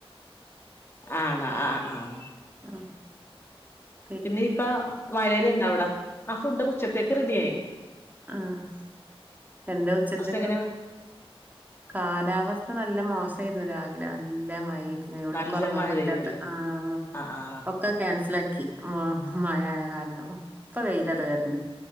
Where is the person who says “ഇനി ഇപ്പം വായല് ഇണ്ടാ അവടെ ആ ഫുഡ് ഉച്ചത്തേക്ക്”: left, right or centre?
Left